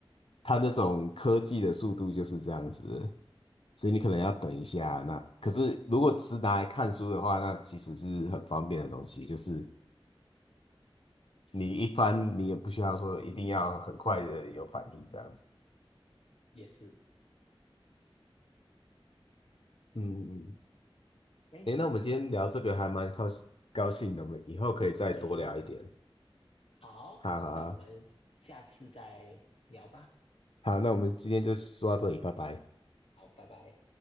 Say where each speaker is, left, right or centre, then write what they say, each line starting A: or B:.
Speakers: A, on the left; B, on the left.
A: 它那种科技的速度就是这样子，所以你可能要等一下。那可是如果只是拿来看书的话，那其实是很方便的东西，就是。你一翻，你也不需要说一定要很快的有反应这样子。
B: 也是。
A: 嗯嗯，
B: 哎，
A: 诶，那我们今天聊这个还蛮高高兴的，
B: 那
A: 我们以后可以再多聊一点。
B: 对，好，
A: 好啊好啊
B: 那我们下次再聊吧。
A: 好，那我们今天就说到这里，拜拜。
B: 好，拜拜。